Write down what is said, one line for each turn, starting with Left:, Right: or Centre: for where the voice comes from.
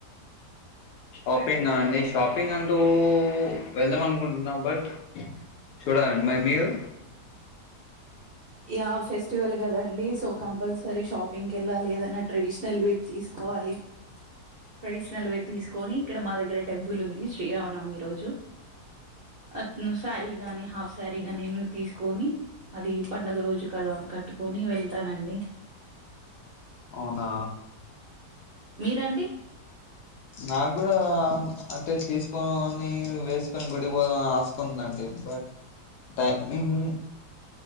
Left: షాపింగ్ గా అండి షాపింగ్ అంటూ వెళ్దాం అనుకుంటున్నాం బట్ చూడాలండి మై మీరు
Right: ఇ ఫెస్టివల్ కదండి సో కంపల్సరీ షాపింగ్కి వెళ్ళాలి ఏదన్నా ట్రెడిషనల్ వేర్ తీసుకోవాలి ట్రెడిషనల్ వేర్ తీసుకొని ఇక్కడ మా దగ్గర టెంపుల్ ఉంది శ్రీరామనమి రోజు అతను శారీ గాని హాఫ్ శారీగాని ఏమ తీసుకొని అది పండుగ రోజు క కట్టుకొని వెళ్తానండి
Left: అవునా
Right: మీరండి
Left: నాకు కూడా అంటే తీసుకని వేసుకొని గుడిపోదాంని ఆసుకుందండి బట్ టైమింగ్